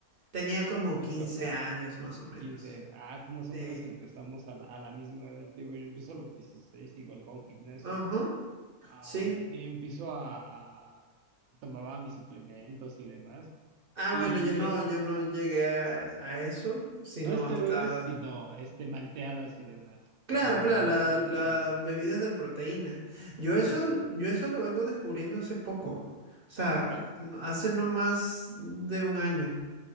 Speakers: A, on the right (about 45°); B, on the right (about 75°).
A: tenía como
B: Recuérdame,
A: 15 años más o menos.
B: Quince. Ah, más o
A: Sí.
B: menos empezamos a la, a la misma edad. Te Digo, yo empiezo a los 16 igual con gimnasio.
A: Ajá,
B: Ah,
A: sí.
B: y empiezo a, a- Tomaba mis suplementos y demás.
A: Ah,
B: Y,
A: bueno, yo no,
B: y hay-
A: yo no llegué a, a eso, sino
B: no esteroides,
A: hasta
B: sino este, malteadas y demás.
A: Claro,
B: O sea, no,
A: claro,
B: no
A: la-
B: tampoco
A: las
B: eran.
A: bebidas de proteína. Yo
B: Exacto.
A: eso, yo eso lo vengo descubriendo hace poco. O sea,
B: Ajá.
A: n- hace no más de un año.